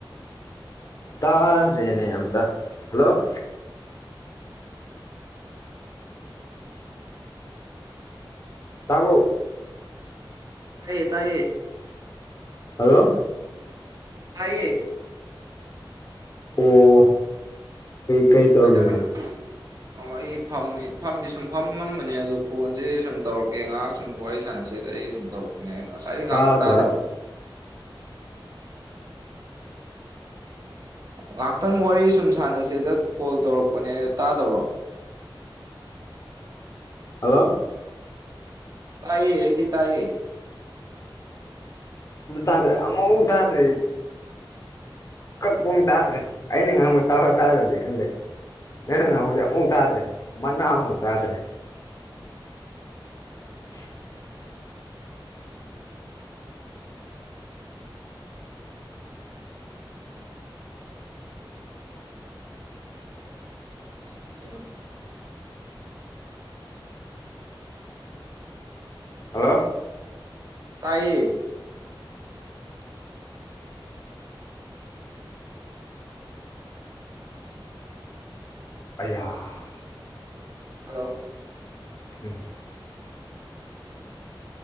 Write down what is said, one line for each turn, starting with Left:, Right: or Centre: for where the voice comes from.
Left: ꯇꯥꯗ꯭ꯔꯦꯅꯦ ꯑꯇ ꯍꯜꯂꯣ ꯇꯥꯕꯣ
Right: ꯇꯥꯏꯌꯦ ꯇꯥꯏꯌꯦ
Left: ꯍꯜꯂꯣ
Right: ꯇꯌꯦ
Left: ꯑꯣ ꯀꯩ ꯇꯧꯔꯝꯃꯤꯅꯣ
Right: ꯀꯩ ꯇꯔꯅ ꯑꯣ ꯑꯩ ꯐꯝꯃꯤ ꯐꯝꯗꯤ ꯁꯨꯝ ꯐꯝ ꯅꯝꯕꯅꯦ ꯑꯗꯣ ꯐꯣꯟꯁꯦ ꯁꯨꯝ ꯇꯧꯔꯛꯀꯦ ꯉꯥꯏꯍꯥꯛ ꯁꯨꯝ ꯋꯥꯔꯤ ꯁꯥꯟꯅꯁꯦ ꯑ ꯑꯩ ꯁꯨꯝ ꯇꯧꯔꯛꯄꯅꯦ ꯉꯁꯥꯏꯗꯒꯤ ꯉꯥꯡꯕ
Left: ꯇꯥꯗ꯭ꯔꯦ
Right: ꯇꯥꯗꯕꯣ ꯉꯍꯥꯛꯇꯪ ꯋꯥꯔꯤ ꯁꯨꯝ ꯁꯥꯟꯅꯁꯦꯗ ꯀꯣꯜ ꯇꯧꯔꯛꯄꯅꯦ ꯇꯥꯗꯕ꯭ꯔꯣ
Left: ꯍꯜꯂꯣ
Right: ꯇꯥꯏꯌꯦ ꯑꯩꯗꯤ ꯇꯥꯏꯌꯦ
Left: ꯑꯗꯨ ꯇꯥꯗ꯭ꯔꯦ ꯃꯎ ꯇꯥꯖ꯭ꯔꯦ ꯀꯛꯄꯨꯡ ꯇꯥꯗ꯭ꯔꯦ ꯑꯩꯅ ꯉꯥꯡꯕ ꯇꯥꯕ ꯇꯥꯗ꯭ꯔꯗꯤ ꯈꯪꯗꯦ ꯅꯪꯅꯪ ꯅꯍꯣꯏꯗꯤ ꯑꯃꯨꯛ ꯇꯥꯗ꯭ꯔꯦ ꯃꯅꯥ ꯑꯃꯨꯛ ꯇꯥꯗ꯭ꯔꯦ <inaudible>
Right: ꯎ
Left: ꯍꯜꯂꯣ
Right: ꯇꯥꯏꯌꯦ
Left: ꯑꯩ
Right: ꯍꯜꯂꯣ
Left: ꯎꯝ